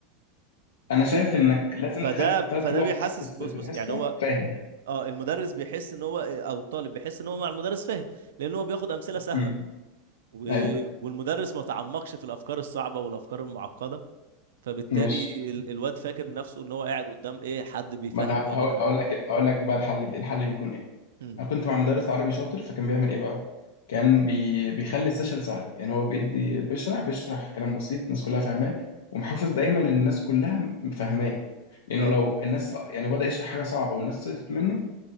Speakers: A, on the left; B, on the right.
A: انا
B: وفي
A: شايف انك لازم
B: فده
A: تخلي الطالب
B: فده
A: طول الوقت
B: بيحسس
A: معاك في الس-
B: بص
A: في
B: بص
A: الحصه
B: يعني هو
A: فاهم
B: اه المدرس بيحس ان هو آه، او الطالب بيحس ان هو مع المدرس فاهم لان هو بياخد امثله سهله
A: امم
B: و...
A: ايوه
B: والمدرس ما تعمقش في الافكار الصعبه والافكار المعقده فبالتالي
A: ماشي
B: ال... الواد فاكر نفسه ان هو قاعد قدام ايه حد بيفهم
A: ما انا
B: جامد
A: هقول
B: قوي
A: هقول لك هقول لك بقى الحل بي... الحل بيكون ايه
B: امم
A: انا كنت مع مدرس عربي شاطر فكان بيعمل ايه بقى كان بي... بيخلي السيشن سهل يعني هو بيدي بيشرح بيشرح كلام بسيط الناس كلها فاهماه ومحافظ دايما ان الناس كلها فاهماه لانه
B: اه
A: لو الناس يعني بدأ يشرح حاجه صعبه والناس سقطت منه